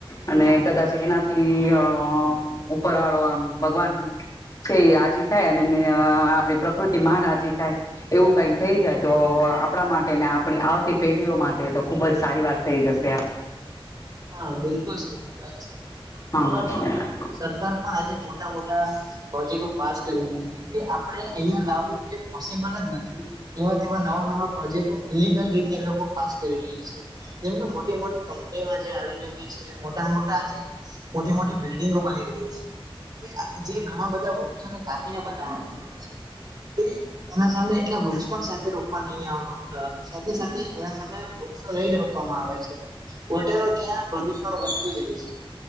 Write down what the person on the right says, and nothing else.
હા બિલકુલ સાચી વાત છે આજે
જોવા જઈએ તો સરકાર પણ આજે મોટા મોટા પ્રોજેક્ટો પાસ કરીને છે જે આપે અહિયાં લાવવું એ પોસિબલ જ નથી એવા તેવા નવા નવા પ્રોજેક્ટ ઇલીગલ રીતે એ લોકો પાસ કરી લેય છે. જેમકે મોટી મોટી કંપનીઓ આજે આવી છે મોટા મોટા આજે મોટી મોટી બિલ્ડિંગો બની રહી છે જે ઘણા બધા વૃક્ષોને કાપીને બનાવવામાં આવેય છે તે એના સામે એટલા વૃક્ષ પણ સાથે રોકવા નહી આવે સાથે સાથે એ સામે નહી રોપવામાં આવે છે ઓલટાનુ ત્યાં પ્રદુષણ વધતું જાય છે.